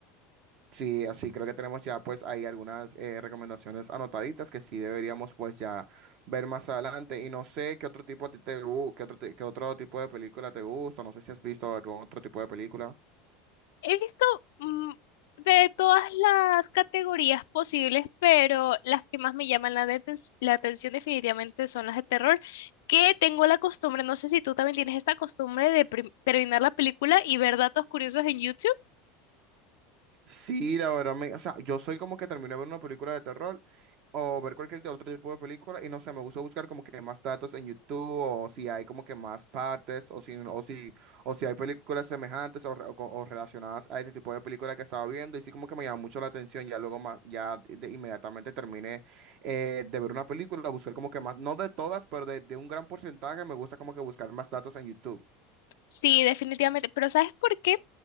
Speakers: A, on the right; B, on the left.
A: Sí, así creo que tenemos ya pues ahí algunas eh, recomendaciones anotaditas que sí deberíamos pues ya ver más adelante. Y no sé qué otro tipo a ti te gu- qué otro, ti- qué otro tipo de película te gusta, no sé si has visto algún otro tipo de película.
B: He visto mm, de todas las categorías posibles, pero las que más me llaman la, deten- la atención definitivamente son las de terror, que tengo la costumbre, no sé si tú también tienes esta costumbre de prim- terminar la película y ver datos curiosos en YouTube.
A: Sí, la verdad, me, o sea, yo soy como que termino de ver una película de terror o ver cualquier otro tipo de película y no sé, me gusta buscar como que más datos en YouTube o si hay como que más partes o si, o si, o si hay películas semejantes o, re- o co- o relacionadas a ese tipo de película que estaba viendo y sí como que me llama mucho la atención, ya luego más, ya de- inmediatamente terminé eh, de ver una película, buscar como que más, no de todas, pero de, de un gran porcentaje me gusta como que buscar más datos en YouTube.
B: Sí, definitivamente. Pero ¿sabes por qué?